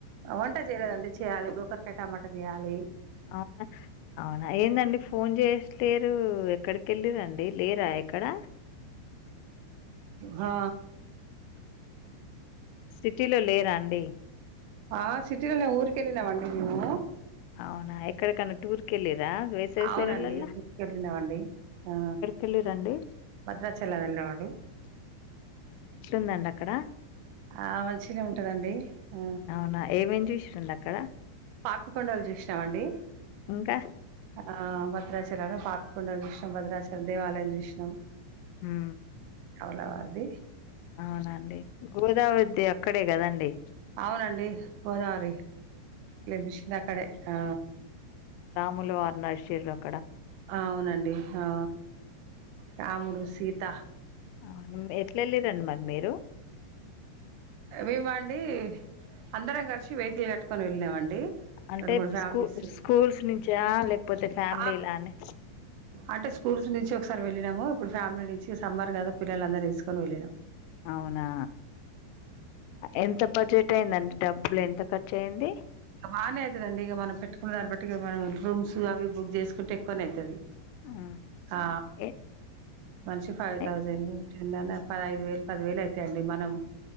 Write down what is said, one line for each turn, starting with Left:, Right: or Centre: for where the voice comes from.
Right: వంట చేయలేదండి చేయాలి గోకరకాయ టమాటా చేయాలి
Left: అవునా అవునా ఏందండి ఫోన్ చేసలేరు ఎక్కడికెళ్ళిరండి లేరా ఎక్కడా
Right: హా
Left: సిటీలో లేరా అండి
Right: ఆ సిటీలో నే మేము ఊరికి వెళ్ళామండి మేము
Left: అవునా ఎక్కడ కన్నా టూర్ కెళ్ళిరా వేసవి
Right: అవునండి
Left: సెలవుల్లో
Right: టూర్కి వెళ్ళినామండి ఆ
Left: తెలీదండి
Right: భద్రాచలం వెళ్ళావా నువ్వు
Left: ఉందండి అక్కడ
Right: ఆ మంచినే ఉంటదండి ఆ
Left: అవునా ఏమేం చూసిడి అక్కడ
Right: పాపికొండలు చూసినామండి
Left: ఇంకా
Right: ఆ భద్రాచలం పాపికొండలు చూసినం భద్రాచలం దేవాలయం చూసిన
Left: ఉమ్
Right: సౌండ్ ఎవరిది
Left: అవునండి గోదావరి ది అక్కడే కదండీ
Right: అవునండి గోదావరి విష్ణుకరి ఆ
Left: రాములవారు నడిచి ఎక్కడ
Right: అవునండి ఆ రాముడు సీత
Left: ఆ మరి ఎట్లా వెళ్లారు అండి మీరు
Right: మేమ అండి అందరం కలిసి వెహికల్ కట్టుకొని వెళ్ళినామండి
Left: అంటే
Right: రెండు మూడు ఫ్యామిలీస్
Left: స్కూ స్కూల్స్ నుంచా లేకపోతే ఫ్యామిలీ
Right: ఆ
Left: లాని
Right: అంటే స్కూల్స్ నుంచి ఒకసారి వెళ్ళినాము ఇప్పుడు ఫ్యామిలీ నుంచి సమ్మార్ కదా పిల్లల అందరినీ తీసుకొని వెళ్ళినాము
Left: అవునా ఎంత బడ్జెట్ అయిందండి డబ్బులు ఎంత ఖర్చు అయ్యింది
Right: బాగానే అవుతుదండి ఇక మనం పెట్టుకున్న దాన్ని బట్టి ఇ మనం రూమ్స్ అవి బుక్ చేసుకుంటే ఎక్కువనే అవుతుది
Left: ఉమ్,
Right: ఆ
Left: ఉమ్, ఏ
Right: మనిషి ఫైవ్
Left: ఏ,
Right: థౌజండ్ పదైదు వేలు పది వేలు అయితే అండి మనం